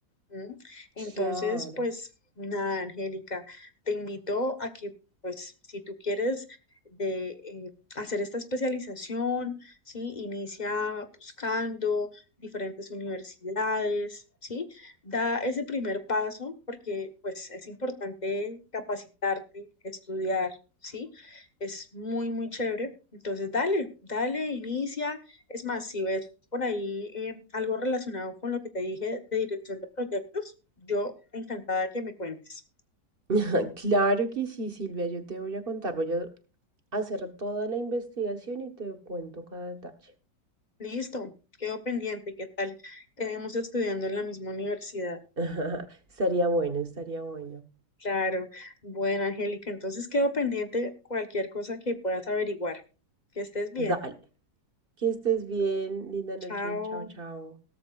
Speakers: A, on the left (about 30°); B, on the right (about 35°).
A: Ujú. Entonces,
B: claro.
A: pues nada, Angélica, te invito a que, pues, si tú quieres de, eh, hacer esta especialización, ¿sí? Inicia buscando diferentes universidades, ¿sí? Da ese primer paso porque, pues, es importante capacitarte, estudiar, ¿sí? Es muy, muy chévere. Entonces, dale, dale, inicia. Es más, si ves por ahí eh, algo relacionado con lo que te dije de dirección de proyectos, yo encantada que me cuentes.
B: <laughs> Claro que sí, Silvia, yo te voy a contar, voy a hacer toda la investigación y te cuento cada detalle.
A: Listo, quedo pendiente, ¿qué tal? Quedemos estudiando en la misma universidad.
B: <laughs> Estaría bueno, estaría bueno.
A: Claro, bueno, Angélica, entonces quedo pendiente cualquier cosa que puedas averiguar. Que estés bien.
B: Dale, que estés bien, linda noche,
A: Chao.
B: chao, chao.